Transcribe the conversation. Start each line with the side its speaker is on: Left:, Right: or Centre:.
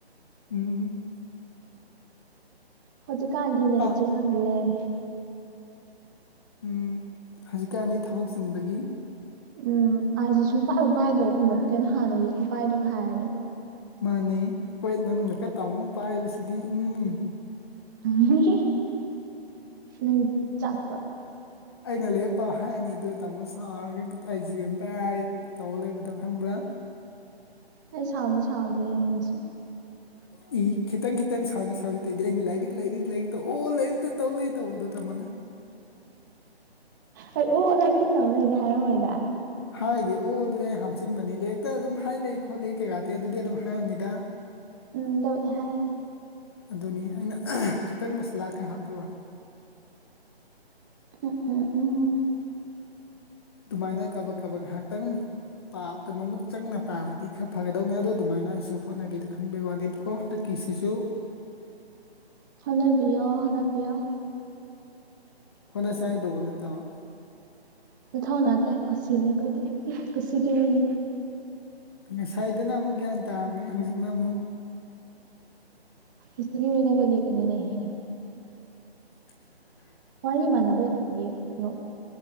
Left: ꯎꯝ
Right: ꯍꯧꯖꯤꯛꯀꯥꯟꯗꯤ ꯅꯦꯠꯁꯦ
Left: ꯄꯥꯛ
Right: ꯈꯪꯅ ꯂꯩ
Left: ꯎ ꯍꯧꯖꯤꯛꯀꯥꯟꯗꯤ ꯊꯕꯛ ꯆꯤꯟꯕꯒꯤ
Right: ꯎꯝ ꯑꯥꯏꯁꯦ ꯁꯨꯡ ꯄꯥꯏꯕꯨ ꯄꯥꯏꯗꯕꯒꯨꯝꯕꯅꯦ ꯀꯩꯅꯣ ꯍꯥꯟꯅꯒꯤ ꯈꯨꯠꯄꯥꯏꯗꯨꯒ ꯍꯥꯏꯔꯗꯤ
Left: ꯃꯥꯅꯦ ꯀꯣꯏꯠ ꯃꯅꯨꯡꯗꯀ ꯇꯥꯃꯣ ꯑꯃ ꯄꯥꯢꯕꯁꯤꯗꯤ ꯎꯝ
Right: ꯎꯝ ꯅꯪ ꯆꯛꯕ꯭ꯔꯣ
Left: ꯑꯩꯅ ꯂꯥꯢꯔꯤꯛ ꯄꯥꯎ ꯍꯥꯏꯔꯅꯤ ꯑꯗꯨ ꯇꯥꯃꯣ ꯁꯥꯎꯔꯒ ꯑꯩ ꯖꯤ ꯑꯣꯢꯅ ꯄꯥꯢꯔ ꯇꯧ ꯂꯩꯕꯗꯣ ꯈꯪꯕ꯭ꯔꯥ
Right: ꯑꯩ ꯁꯥꯎꯗꯤ ꯁꯥꯎꯗꯦꯗ ꯅꯪꯁꯨ
Left: ꯍ <inaudible> ꯏ ꯈꯤꯇꯪ ꯈꯤꯇꯪ ꯁꯥꯎꯈꯤ ꯁꯥꯎꯈꯤ ꯇꯧꯗꯤ ꯑꯩꯅ ꯂꯥꯏꯔꯤꯛ ꯂꯥꯏꯔꯤꯛ ꯂꯥꯏꯔꯤꯛꯇ ꯑꯣ ꯂꯥꯏꯔꯤꯛꯇ ꯇꯧ ꯂꯩ ꯇꯧꯕꯗꯣ ꯇꯥꯃꯣꯅ
Right: ꯑꯩ ꯑꯣ ꯂꯛꯇ ꯇꯧ ꯂꯩꯗꯤ ꯍꯥꯏꯔꯝꯑꯣꯏꯗ
Left: ꯍꯥꯏꯗꯤ ꯑꯣ ꯑꯗꯨꯗꯤ ꯑꯩ ꯍꯥꯞꯆꯤꯟꯕꯅꯤ ꯂꯦꯛ ꯑ ꯑꯗꯨꯝ ꯍꯥꯏ ꯂꯩ ꯈꯣꯠꯂꯤ ꯀꯩꯀꯥꯗꯤ ꯑꯗꯨꯗꯤ ꯑꯗꯨꯝ ꯍꯥꯏꯔꯝꯅꯤꯗ
Right: ꯎꯝ ꯇꯕꯨꯗꯤ ꯍꯥꯏ
Left: ꯑꯗꯨꯅꯤ ꯑꯩꯅ ꯈꯤꯇꯪ ꯃꯁꯥꯂꯥ ꯈꯔ ꯍꯥꯞꯄꯩ ꯋꯥꯅꯤ
Right: ꯎꯝ ꯎꯝ ꯎꯝ
Left: ꯑꯗꯨꯃꯥꯏꯅ ꯀꯕꯛ ꯀꯕ ꯉꯥꯏꯍꯥꯛꯇꯪ ꯄꯥꯞꯇ ꯃꯃꯨꯠ ꯆꯪꯅ ꯄꯥꯝꯕꯗꯤ ꯈꯔ ꯐꯒꯗꯧꯅꯤ ꯑꯗꯨꯗ ꯑꯗꯨꯃꯥꯏꯅ ꯑꯩꯁꯨ ꯍꯣꯠꯅꯒꯦꯗ ꯈꯟꯕꯒꯤ ꯋꯥꯅꯤ ꯈꯣ ꯍꯥꯟꯗꯥꯛ ꯀꯤꯁꯤꯁꯨ
Right: ꯍꯅꯥꯕꯤꯌꯣ ꯍꯅꯥꯕꯤꯌ
Left: ꯍꯣꯠꯅꯁ ꯍꯥꯏꯗꯧꯕ ꯅꯠꯇꯕ
Right: ꯅꯊꯧ ꯅꯅꯥꯠꯇꯦ ꯀꯨꯁꯤꯅꯦ ꯑꯩꯈꯣꯏꯗꯤ ꯀꯨꯁꯤꯒꯤꯅꯦ
Left: ꯉꯁꯥꯏꯗꯅ ꯑꯃꯨꯛ ꯒ꯭ꯌꯥꯟ ꯇꯥꯔꯝꯃꯤ ꯍꯧꯖꯤꯛꯅ ꯑꯃꯨꯛ
Right: ꯏꯆꯦ ꯃꯅꯦ ꯈꯜꯂꯤ ꯀꯅꯤꯅꯦꯍꯦ
Left: <unintelligible>
Right: ꯋꯥꯔꯤ ꯃꯥꯟꯅꯕ ꯂꯩꯒꯦ ꯍꯥꯏꯔꯛꯑ